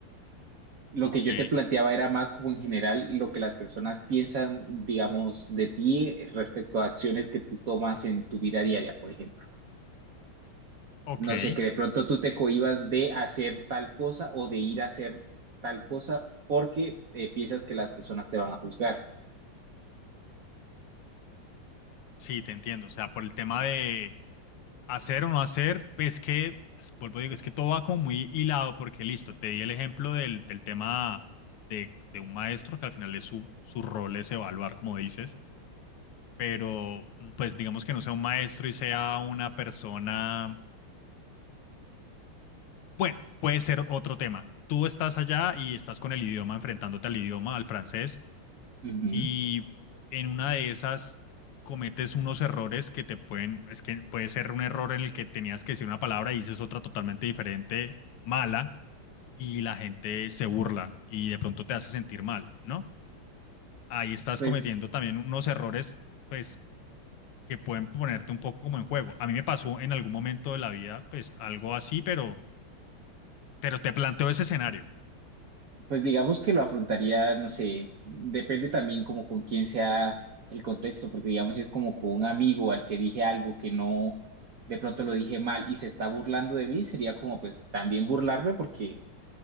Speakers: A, on the right (about 60°); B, on the left (about 85°).
A: Lo
B: ok,
A: que yo te planteaba era más como en general lo que las personas piensan, digamos, de ti eh, respecto a acciones que tú tomas en tu vida diaria, por ejemplo.
B: ok.
A: no sé, que de pronto tú te cohibas de hacer tal cosa o de ir a hacer tal cosa porque eh, piensas que las personas te van a juzgar.
B: Sí, te entiendo. O sea, por el tema de hacer o no hacer, pues que, pues, vuelvo a decir, es que todo va como muy hilado porque listo, te di el ejemplo del, del tema de, de un maestro que al final es su, su rol es evaluar, como dices, pero mm, pues digamos que no sea un maestro y sea una persona, bueno, puede ser otro tema. Tú estás allá y estás con el idioma, enfrentándote al idioma, al francés
A: Ujú.
B: y en una de esas cometes unos errores que te pueden, es que puede ser un error en el que tenías que decir una palabra y dices otra totalmente diferente, mala, y la gente se burla y de pronto te hace sentir mal, ¿no? Ahí estás
A: Pues,
B: cometiendo también unos errores, pues, que pueden ponerte un poco como en juego. A mí me pasó en algún momento de la vida, pues, algo así, pero, pero te planteo ese escenario.
A: pues digamos que lo afrontaría, no sé, depende también como con quién sea el contexto, porque digamos si es como con un amigo al que dije algo que no, de pronto lo dije mal y se está burlando de mí, sería como pues también burlarme porque